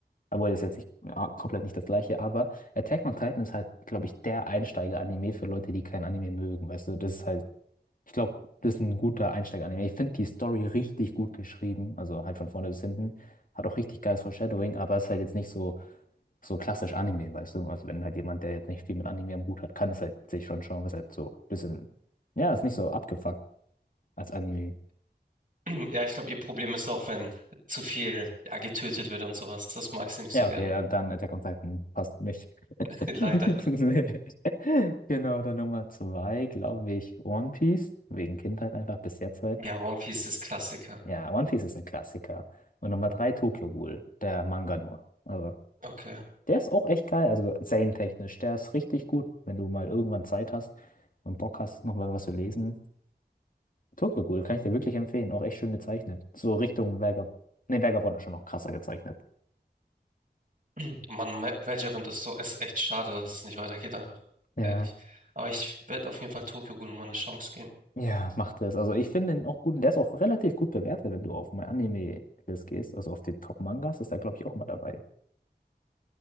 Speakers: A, on the left; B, on the right.
A: Obwohl, das ist jetzt nicht ja, komplett nicht das gleiche, aber Attack on Titan ist halt, glaube ich, der Einsteiger-Anime für Leute, die kein Anime mögen. Weißt du, das ist halt, ich glaube, das ist ein guter Einsteiger-Anime. Ich finde die Story richtig gut geschrieben, also halt von vorne bis hinten. Hat auch richtig geiles Foreshadowing, aber ist halt jetzt nicht so, so klassisch Anime, weißt du? Also wenn halt jemand, der jetzt nicht viel mit Anime am Hut hat, kann es halt sich schon schauen, was halt so ein bisschen, ja, ist nicht so abgefuckt als Anime.
B: <clears throat> Ja, ich glaube, ihr Problem ist auch, wenn zu viel ja, getötet wird und sowas. Das mag sie nicht
A: Ja,
B: so gerne.
A: okay, ja, dann Attack on Titan passt nicht. <laughs>
B: <laughs> Leider.
A: Nee. Genau, dann Nummer zwei, glaube ich, One Piece. Wegen Kindheit einfach bis jetzt halt.
B: Ja, One Piece ist Klassiker.
A: Ja, One Piece ist ein Klassiker. Und Nummer drei, Tokyo Ghoul, der Manga nur. Also,
B: Okay.
A: der ist auch echt geil, also serientechnisch. Der ist richtig gut, wenn du mal irgendwann Zeit hast und Bock hast, nochmal was zu lesen. Tokyo Ghoul kann ich dir wirklich empfehlen, auch echt schön gezeichnet. So Richtung Vagab nee, Vagabond ist schon noch krasser gezeichnet.
B: <clears throat> Mann, Ma- Vagabond ist so, ist echt schade, dass es nicht weitergeht, einfach.
A: ja
B: Ehrlich. Aber ich werde auf jeden Fall Tokyo Ghoul mal eine Chance geben.
A: Ja, macht es. Also ich finde ihn auch gut und der ist auch relativ gut bewertet, wenn du auf My Anime-List gehst, also auf die Top-Mangas, ist er, glaube ich, auch mal dabei.